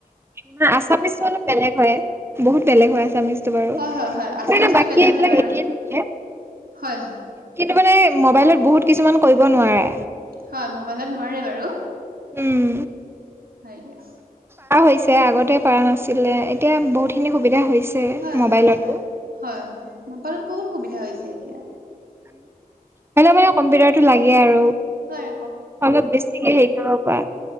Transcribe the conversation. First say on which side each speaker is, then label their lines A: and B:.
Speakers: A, on the right; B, on the right.
A: ন আছামিছো অলপ বেলেগ হয় বহুত বেলেগ হয় আছামিজটো বাৰু
B: হয়
A: কিন্তু
B: হয় হয় আছামিজটো
A: মানে বাকী
B: বেলেগ
A: এইবিলাক
B: হয় বাৰু
A: এক থাকিল
B: হয় হয়
A: কিন্তু মানে মবাইলত বহুত কিছুমান কৰিব নোৱাৰে।
B: হয় মবাইলত নোৱাৰে বাৰু
A: উম
B: হয় দিয়া।
A: প হৈছে আগতে পাৰা নাছিলে এতিয়া বহুতখিনি সুবিধা হৈছে
B: হয়
A: মোবাইলতো
B: হয় হয় হয় হয় মোবাইলত বহুত সুবিধা হৈছে এতিয়া।
A: হলে মানে কম্পিউটাৰটো লাগে আৰু
B: হয়
A: অলপ বেছিকে হেৰি কৰিব পাৰা।